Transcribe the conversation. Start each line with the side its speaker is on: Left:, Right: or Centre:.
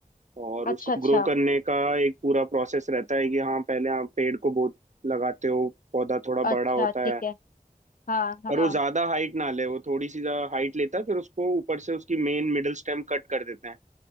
Right: और
Left: अच्छा
Right: उसको
Left: अच्छा
Right: ग्रो करने का एक पूरा प्रोसेस रहता है कि हाँ पहले आप पेड़ को बहुत लगाते हो पौधा थोड़ा बड़ा
Left: अच्छा
Right: होता
Left: ठीक
Right: है
Left: है हाँ हाँ
Right: और वो ज्यादा हाइट ना ले वो थोड़ी सी हाइट लेता है फिर उसको ऊपर से उसकी मेन मिडिल स्टेम कट कर देते हैं